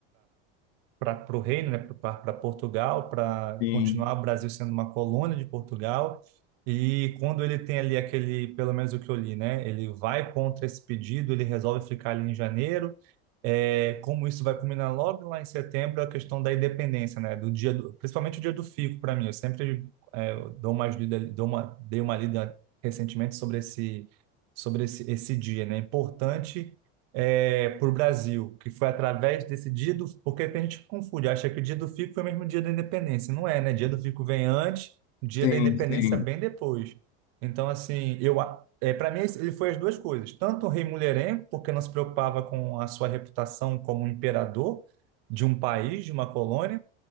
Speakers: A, on the right; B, on the left.
A: para o reino, né, para Portugal, para
B: Sim.
A: continuar o Brasil sendo uma colônia de Portugal. E quando ele tem ali aquele, pelo menos o que eu li, né, ele vai contra esse pedido, ele resolve ficar ali em janeiro. É, como isso vai culminar logo lá em setembro, é a questão da independência, né, do dia do, principalmente o dia do fico para mim. Eu sempre é, dou umas lida, dou uma, dei uma lida recentemente sobre esse sobre esse, esse dia, né? É Importante para o Brasil, que foi através desse dia do... Porque tem gente que confunde, acha que o dia do Fico foi o mesmo dia da independência. Não é, né? Dia do Fico vem antes, dia
B: Sim,
A: da independência
B: sim.
A: bem depois. Então, assim, eu... a- É, para mim, esse- ele foi as duas coisas. Tanto o rei mulherengo, porque não se preocupava com a sua reputação como imperador de um país, de uma colônia,